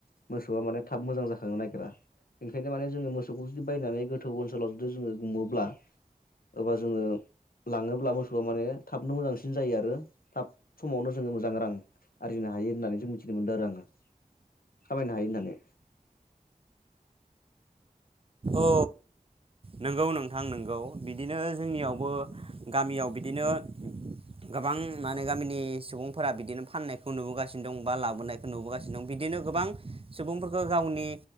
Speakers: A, on the left; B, on the right.
A: मोसौआ माने थाब मोजां जाखांनो नागिरा ओंखायनो माने जोङो मोसौखौ जुदि बायनानै गोथौ ओनसोलाव जुदि जोङो गुमोब्ला एबा जोङो लाङोब्ला मोसौआ माने थाबनो मोजांसिन जायो आरो थाब समावनो जोङो मोजां रां आरजिनो हायो होननानै जों मिथिनो मोन्दों आरो आङो खामायनो हायो होननानै
B: औ नंगौ नोंथां नोंगौ बिदिनो जोंनियावबो गामियाव बिदिनो गोबां माने गामिनि सुबुंफोरा बिदिनो फाननायखौ नुबोगासिनो दं बा लाबोनायखौ नुबोगासिनो दं बिदिनो गोबां सुबुंफोरखौ गावनि